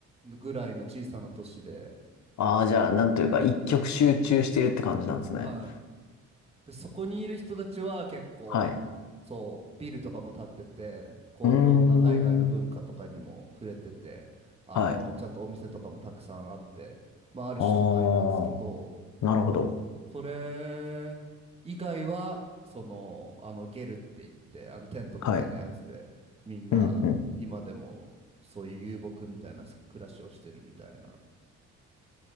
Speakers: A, on the right; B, on the left.
A: のぐらいの小さな都市で、
B: ああー、じゃあ、なんというか、一極集中してるって感じなんですね。
A: はい。で、そこにいる人たちは結構、
B: はい。
A: そう、ビルとかも建ってて、こう、
B: うー
A: いろんな海外の文化とかにも触れてて、
B: ん。
A: あの、
B: はい。
A: ちゃんとお店とかもたくさんあって、まあ、ある種都会なんですけど、
B: ああ、なるほど。
A: それ以外は、その、あの、ゲルって言って、あの、テントみたいなやつで、
B: はい。
A: みんな、
B: うんう
A: 今でも、そういう遊牧みたいな暮らしをしてるみたいな